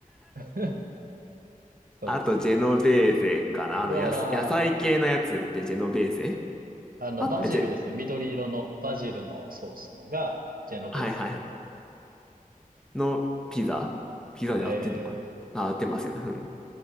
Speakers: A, on the right; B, in the centre.
A: <laughs> そうです。
B: あと、ジェノベーゼかな。
A: うわ
B: あの、やす、野菜系のやつってジェノベーゼ
A: ー、あの、
B: あ、
A: バジルですね。
B: え、ジェ、
A: 緑色のバジルのソースのが、ジェノベーゼ。
B: はいはいはい。のピザピザで合ってんのかなあ、
A: え
B: 合ってますよね。うん。